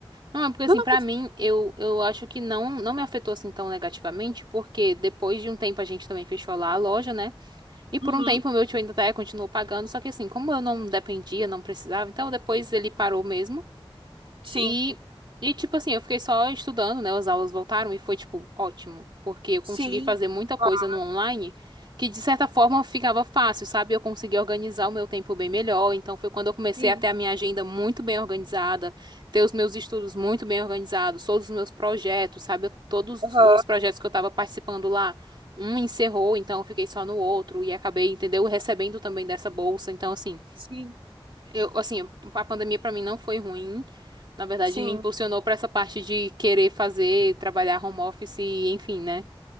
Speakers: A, on the right (about 55°); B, on the right (about 70°).
A: Não, é porque assim,
B: Não, não,
A: pra
B: pode.
A: mim, eu, eu acho que não, não me afetou assim tão negativamente, porque depois de um tempo a gente também fechou lá a loja, né? E por
B: Uhum,
A: um tempo o meu tio ainda até continuou pagando, só que assim, como eu não dependia, não precisava, então depois ele parou mesmo.
B: sim,
A: E, e, tipo assim, eu fiquei só estudando, né? As aulas voltaram e foi, tipo, ótimo. Porque eu
B: sim,
A: consegui fazer muita coisa
B: ah,
A: no online que, de certa forma, ficava fácil, sabe? Eu consegui organizar o meu tempo bem melhor. Então, foi quando eu comecei
B: sim,
A: a ter a minha agenda muito bem organizada, ter os meus estudos muito bem organizados, todos os meus projetos, sabe? Eu- Todos
B: aham,
A: os projetos que eu tava participando lá. Um encerrou, então eu fiquei só no outro e acabei, entendeu? Recebendo também dessa bolsa. Então, assim.
B: sim,
A: Eu, assim, a pandemia pra mim não foi ruim. Na verdade,
B: sim.
A: me impulsionou pra essa parte de querer fazer, trabalhar home office e enfim, né?